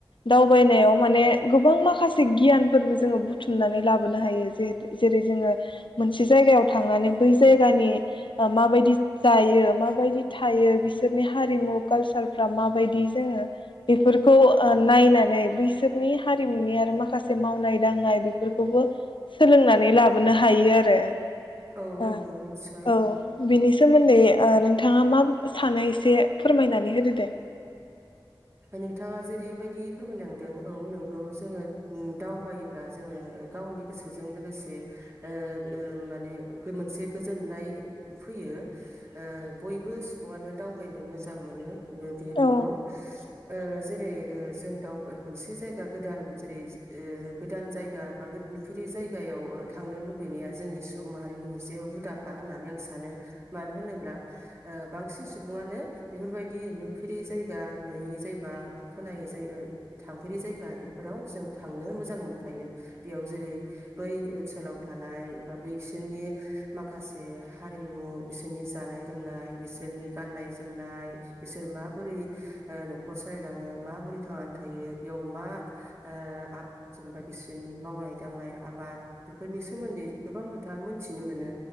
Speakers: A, on the left; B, on the right.
A: दावबायनायाव माने गोबां माखासे गियानफोरबो जोङो बुथुमनानै लाबोनो हायोे जे। जेरै जोङो मोनसे जायगायाव थांनानै बै जायगानि ओ माबायदि जायो माबायदि थायो बिसोरनि हारिमु कालसारफ्रा माबायदि जोङो बेफोरखौ ओ नायनानै बैसोरनि हारिमुनि आरो माखासे मावनाय दांनाय बेफोरखौबो सोलोंनानै लाबोनो हायो आरो। ओ
B: औ नंगौ निस्सय
A: औ बिनि सोमोन्दै ओ नों नोंथाङा मा सानो एसे फोरमायनानै होदो दे।
B: नोंथाङा जेरैबायदि फोरमायलांदों औ नंगौ जोङो उम दावबायोब्ला जोङो गावनि गोसोजों लोगोसे ओ ओ माने मोनसे गोजोननाय फैयो ओ बयबो सुबुङानो दावबायनो मोजां मोनो बेयो नंगौ।
A: औ
B: ओ जे जेरै जों दावबाय ओ मोनसे जायगा गोदान जेरै ओ गोदान जायगा बा नुफेरै जायगायाव ओ थांनो लुबैनाया जोंनि सुबुं माहारिनि मोनसे हुदाखा होननानै आं सानो मानो होनोब्ला ओ बांसिन सुबुङानो बेफोरबायदि नुफेरै जायगा जायगा नुयै जायबा खोनायै जा थांफेरै जायगा बेफोराव जों थांनो मोजां मोनखायो बेयाव जेरै बै ओनसोलाव थानाय बा बैसोरनि माखासे हारिमु बिसोरनि जानाय लोंनाय बिसोरनि गाननाय जोमनाय बिसोर माबोरै न'खर सालायलाङो माबोरै थांनानै थायो बेयाव मा ओ आ जेनेबा बिसोरनि मावनाय दांनाय आबाद बेफोरनि सोमोन्दै गोबां खोथा मोनथिनो मोनो